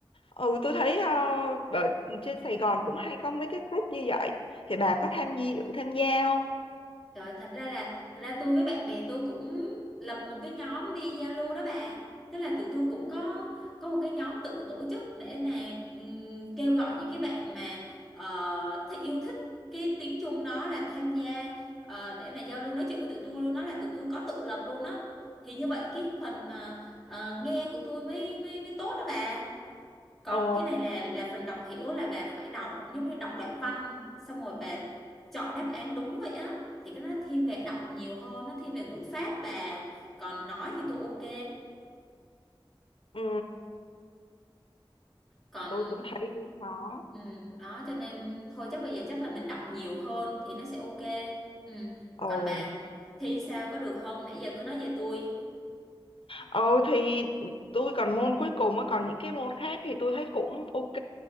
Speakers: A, on the left (about 75°); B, in the centre.
A: Ừ, tôi thấy ờ, ở trên Sài Gòn cũng hay có mấy cái group như vậy. Thì bà
B: Ừ.
A: có tham gia tham gia không?
B: Trời, thật ra là thật ra tôi với bạn bè tôi cũng lập một cái nhóm đi giao lưu đó bà. Tức là tụi tôi cũng có có một cái nhóm tự tổ chức để mà ừm, kêu gọi những cái bạn mà ờ, thích yêu thích cái tiếng Trung đó là tham gia ờ, để mà giao lưu nói chuyện với tụi tôi luôn đó là tụi tôi có tự lập luôn đó. Thì như vậy cái phần mà ờ, nghe của tôi mới mới mới tốt đó bà còn
A: Ồ,
B: cái này là là phần đọc hiểu là bà phải đọc giống như đọc đoạn văn xong rồi bà chọn đáp án đúng vậy á thì cái đó nó thiên về đọc nhiều hơn nó thiên về ngữ pháp bà còn nói thì tôi ok
A: ừ,
B: còn
A: tôi cũng thấy cũng khó.
B: ừ, đó cho nên thôi chắc bây giờ chắc là mình đọc nhiều hơn thì nó sẽ ok ừ.
A: Ồ.
B: còn bà thi sao có được không nãy giờ cứ nói về tôi
A: Ừ thì tôi còn môn cuối cùng á còn những cái môn khác thì tôi thấy cũng ok